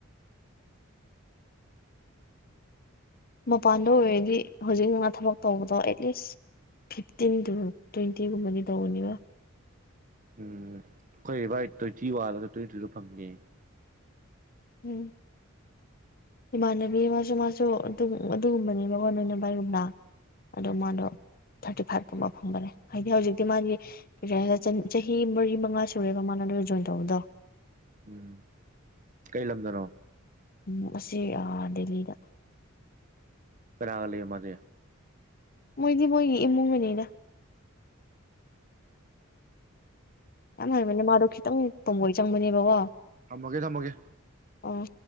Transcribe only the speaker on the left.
ꯃꯄꯥꯟꯗ ꯑꯣꯏꯔꯗꯤ ꯍꯧꯖꯤꯛ ꯉ ꯊꯕꯛ ꯇꯧꯕꯗꯣ ꯑꯦꯠꯂꯤꯁ ꯐꯤꯐꯇꯤꯟ ꯇꯨ ꯇ꯭ꯋꯦꯟꯇꯤꯒꯨꯝꯕꯗꯤ ꯇꯧꯕꯅꯤꯕ
ꯎꯝ ꯏꯃꯥꯟꯅꯕꯤ ꯃꯥꯁꯨ ꯃꯥꯁꯨ ꯑꯗꯨꯝ ꯑꯗꯨꯒꯨꯝꯕꯅꯦꯕꯀꯣ ꯅꯣꯏ ꯅꯝꯕꯔꯒꯨꯝꯂꯥ ꯑꯗꯣ ꯃꯥꯗꯣ ꯊꯥꯔꯇꯤ ꯐꯥꯏꯚꯀꯨꯝꯕ ꯐꯪꯕꯅꯦ ꯍꯥꯏꯗꯤ ꯍꯧꯖꯤꯛꯇꯤ ꯃꯥꯒꯤ ꯄ ꯆꯍꯤ ꯃꯔꯤ ꯃꯉꯥ ꯁꯨꯔꯦꯕ ꯃꯥꯅ ꯑꯗꯨ ꯖꯣꯏꯟ ꯇꯧꯕꯗꯣ
ꯎꯝ ꯑꯁꯤ ꯑꯥ ꯗꯦꯜꯂꯤꯗ
ꯃꯣꯏꯗꯤ ꯃꯣꯏꯒꯤ ꯏꯃꯨꯡ ꯃꯅꯨꯡꯅꯤꯗ ꯀꯃꯥꯏ ꯃꯅꯤ ꯃꯥꯔ ꯈꯈꯤ ꯇꯪ ꯇꯣꯝꯕꯣꯏ ꯆꯪꯕꯅꯦꯕꯀꯣ
ꯑꯣ